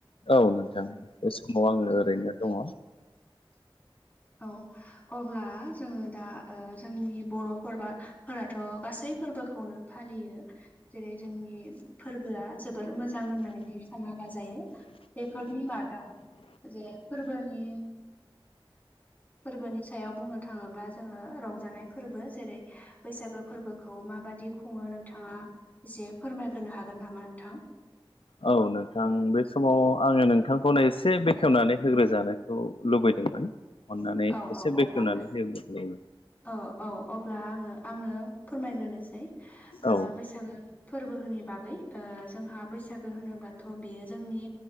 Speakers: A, on the left; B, on the left.
A: औ नोंथां बे समाव आङो
B: औ
A: ओरैनो दङ।
B: औ अब्ला जोङो दा ओ जोंनि बर'फोरबा फोरथ' गासै फोरबोखौनो फालियो जेरै जोंनि फोरबोआ जोबोर मोजां होननानै जों सानना लाजायो। बेफोरनि मादाव जे फोरबोनि फोरबोनि सायाव बुंनो थाङोब्ला जोङो रंजानाय फोरबो जेरै बैसागो फोरबोखौ माबाददि खुङो नोंथाङा एसे फोरमायग्रोनो हागोन नामा नोंथां?
A: औ नोंथां बे समाव आङो नोंथांखौनो एसे बेखेवनानै होग्रोजानो खौ लुबैदोंमोन अननानै
B: औ
A: एसे
B: औ अब्ला
A: बेखेवनानै होयोब्ला मोजांमोन।
B: औ औ अब्ला आङो आंनो फोरमायग्रोनोसै। ओ
A: औ
B: बैसागो फोरबो होननि बागै जोंहा बैसागो होनोब्लाथ' बेयो जोंनि